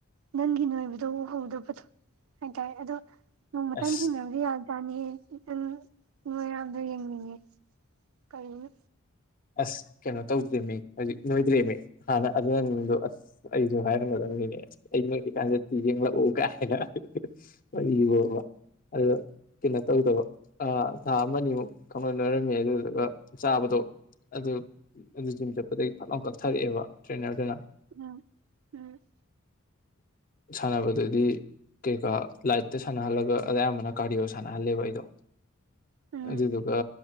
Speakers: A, on the right; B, on the left.
A: ꯅꯪꯒꯤ ꯅꯣꯏꯕꯗꯣ ꯎꯍꯧꯗꯕꯗꯣ ꯍꯥꯏꯇꯥꯔꯦ ꯑꯗꯣ ꯅꯣꯡ ꯃꯇꯪ
B: ꯑꯁ
A: ꯊꯦꯡꯅꯍꯟꯕꯗꯤ ꯌꯥꯕꯅꯦ ꯆꯥꯅꯤꯌꯦ ꯅꯪ ꯅꯣꯏ ꯍꯥꯏꯕꯗꯣ ꯌꯦꯡꯅꯤꯡꯉꯦ ꯀꯔꯤꯅꯣ
B: ꯑꯁ ꯀꯩꯅꯣ ꯇꯧꯗ꯭ꯔꯤꯃꯤ ꯍꯧꯖꯤꯛ ꯅꯣꯏꯗ꯭ꯔꯤꯃꯤ ꯍꯥꯟꯅ ꯑꯗꯨꯅ ꯅꯪꯗꯣ ꯑꯁ ꯑꯩꯁꯨ ꯍꯥꯏꯔꯝꯒꯗ ꯅꯦ ꯑꯩ ꯅꯤꯏꯔꯤꯀꯥꯟꯗ ꯌꯦꯡꯂꯛꯎ ꯀꯥꯏꯅ ꯋꯥꯔꯤꯗꯤ ꯑꯎ ꯀꯩꯅꯣ ꯇꯧꯗꯕ ꯑ ꯊꯥ ꯑꯃꯅꯤ ꯑꯅꯤꯃꯨꯛ ꯈꯪ ꯅꯣꯏ ꯅꯣꯏꯔꯝꯃꯦ ꯑꯗꯨꯗꯨꯒ ꯆꯥꯕꯗꯣ ꯑꯗꯨ ꯑꯗꯨ ꯖꯤꯝ ꯆꯠꯄꯗꯒꯤ ꯐꯠꯂꯥꯎꯅ ꯀꯛꯊꯔꯛꯑꯦꯕ ꯇ꯭ꯔꯦꯅꯔꯗꯨꯅ
A: ꯎꯝ ꯎꯝ
B: ꯁꯥꯟꯅꯕꯗꯗꯤ ꯀꯩꯀꯥ ꯂꯥꯏꯠꯇ ꯁꯥꯟꯅꯍꯜꯂꯒ ꯑꯌꯥꯝꯕꯅ ꯀꯥꯔꯗꯤꯑꯣ ꯁꯥꯟꯅꯍꯜꯂꯦꯕ ꯑꯩꯗꯣ
A: ꯎꯝ
B: ꯑꯗꯨꯗꯨꯒ